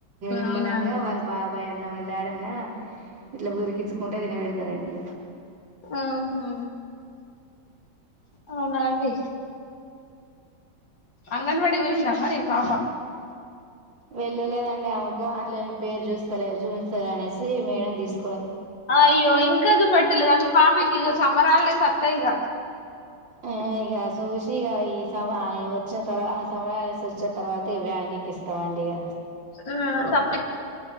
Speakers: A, on the right (about 65°); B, on the left (about 65°).
A: నిమ్మలంగా
B: అవునా అండి
A: వాళ్ళ బాబాయ్ అన్న వాళ్ డాడన్నా ఇట్లా బురికిచ్చుకుంటే తిన పెడతారండి
B: ఆ హా అవున అండి అంగన్వాడి కి పోయిందా మరి పాప
A: వెళ్ళలేదండి ఆమెకు ఆన్లైన్ పేరు జూస్తలేరు జుమ్ త్సలేరు అనేసి మేడం తీసు
B: అయ్యో ఇంకా జూపెడత లేదా మీ పాపకి ఇక సమ్మరాల్డేస్ వత్తయ్ ఇగ
A: ఆ ఇగ చూసి ఈ సమ వచ్చిన తర్వా ఆ సమ్మరా ల్స్ వచ్చిన తర్వాత ఇవ్వ న్ కి ఎక్కిస్తామండి ఇగ
B: ఆ సప్ గ